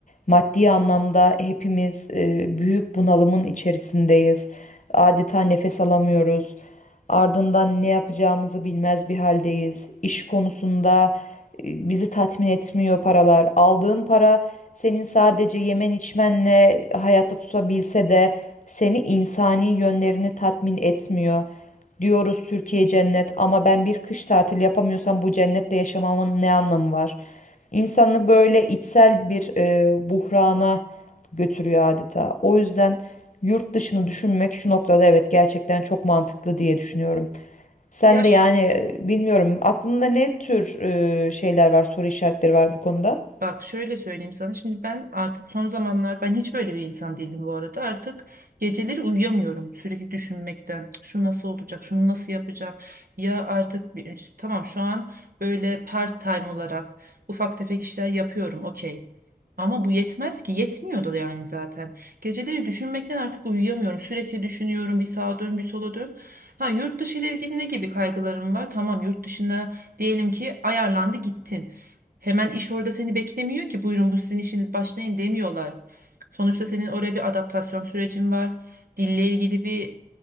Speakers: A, on the left (about 55°); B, on the right (about 75°).
A: Maddi anlamda hepimiz e, büyük bunalımın içerisindeyiz. Adeta nefes alamıyoruz. Ardından ne yapacağımızı bilmez bir haldeyiz. İş konusunda e, bizi tatmin etmiyor paralar. Aldığın para senin sadece yemen içmenle hayatta tutabilse de seni insani yönlerini tatmin etmiyor. Diyoruz Türkiye cennet ama ben bir kış tatili yapamıyorsam bu cennette yaşamamın ne anlamı var? İnsanı böyle içsel bir e, buhrana götürüyor adeta. O yüzden yurt dışını düşünmek şu noktada evet gerçekten çok mantıklı diye düşünüyorum. Sen
B: Yaş.
A: de yani e, bilmiyorum aklında ne tür e, şeyler var, soru işaretleri var bu konuda?
B: Bak şöyle söyleyeyim sana şimdi ben artık son zamanlarda ben hiç böyle bir insan değildim bu arada artık geceleri uyuyamıyorum sürekli düşünmekten şu nasıl olacak şunu nasıl yapacağım ya artık bir, tamam şu an böyle part time olarak ufak tefek işler yapıyorum okey ama bu yetmez ki yetmiyordu da yani zaten geceleri düşünmekten artık uyuyamıyorum sürekli düşünüyorum bir sağa dön bir sola dön ha yurt dışı ile ilgili ne gibi kaygılarım var tamam yurt dışına diyelim ki ayarlandı gittin. Hemen iş orada seni beklemiyor ki buyurun bu sizin işiniz başlayın demiyorlar. Sonuçta senin oraya bir adaptasyon sürecin var. Dille ilgili bir